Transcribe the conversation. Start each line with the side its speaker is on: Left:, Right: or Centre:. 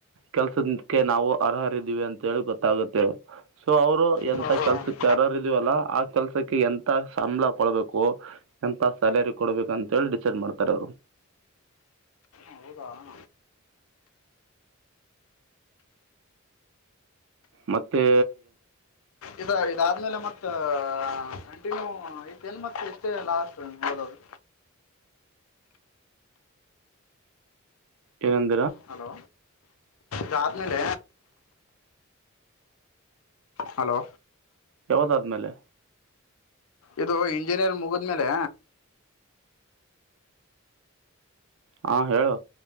Right: ಕೆಲ್ಸದಕ್ಕೆ ನಾವು ಅರ್ಹರಿದೀವಿ ಅಂತ ಹೇಳಿ ಗೊತ್ತಾಗುತ್ತೆ ಸೊ ಅವರು ಎಂಂತ
Left: ಹ್ಮ್
Right: ಕೆಲ್ಸಕ್ಕೆ ಅರ್ಹರಿದೀವಲ್ಲಾ ಆ ಕೆಲ್ಸಕ್ಕೆ ಎಂತ ಸಂಬಳ ಕೊಡ್ಬೇಕು ಎಂತ ಸ್ಯಾಲರಿ ಕೊಡ್ಬೇಕು ಅಂತ ಹೇಳಿ ಡಿಸೈಡ್ ಮಾಡ್ತಾರೆ ಅವರು
Left: ಹೌದಾ
Right: ಮತ್ತೆ
Left: ಇದ ಇದಾದ್ಮೇಲೆ ಮತ್ತ ಕಂಟಿನ್ಯೂ ಐತೇನ್ ಮತ್ ಇಷ್ಟೇ ಲಾಸ್ಟ್ ನೋದದು
Right: ಕೆರಂತ
Left: ಹಲೋ ರಾತ್ ಮ ಲ ಹಲೋ
Right: ಯಾವದಾದ್ಮೇಲೆ
Left: ಇದು ಇಂಜಿನಿಯರ್ ಮುಗಿದ್ಮೇಲೆ
Right: ಹಾ ಹೇಳು